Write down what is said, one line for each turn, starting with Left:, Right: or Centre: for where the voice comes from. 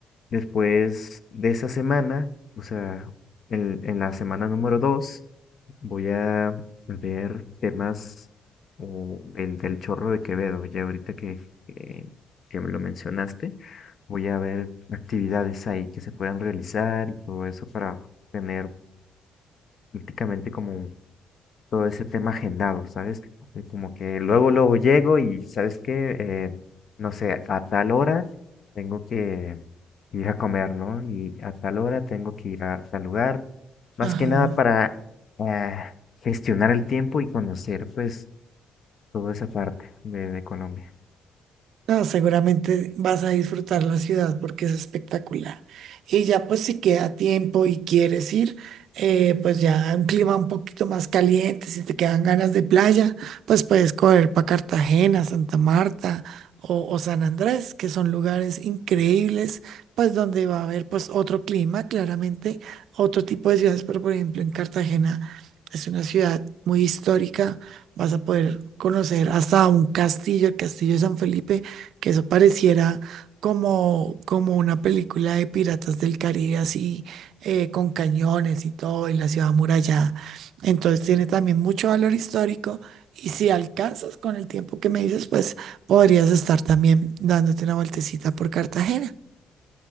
Left: después de esa semana, o sea, en, en la semana número dos, voy a ver temas o del, del Chorro de Quevedo, ya ahorita que, que, que me lo mencionaste voy a ver actividades ahí que se puedan realizar y todo eso para tener prácticamente como todo ese tema agendado, ¿sabes? Y como que luego, luego llego y, ¿sabes qué? Eh, no sé, a tal hora tengo que ir a comer, ¿no? Y a tal hora tengo que ir a tal lugar, más
Right: Ajá.
Left: que nada para eh, gestionar el tiempo y conocer, pues, toda esa parte de, de Colombia.
Right: No, seguramente vas a disfrutar la ciudad porque es espectacular. Y ya pues si queda tiempo y quieres ir, eh, pues ya un clima un poquito más caliente, si te quedan ganas de playa, pues puedes correr para Cartagena, Santa Marta o, o San Andrés, que son lugares increíbles, pues donde va a haber pues otro clima, claramente, otro tipo de ciudades, pero por ejemplo en Cartagena es una ciudad muy histórica, vas a poder conocer hasta un castillo, el Castillo de San Felipe que eso pareciera como, como una película de Piratas del Caribe, así eh, con cañones y todo, y la ciudad amurallada. Entonces tiene también mucho valor histórico y si alcanzas con el tiempo que me dices, pues podrías estar también dándote una vueltecita por Cartagena.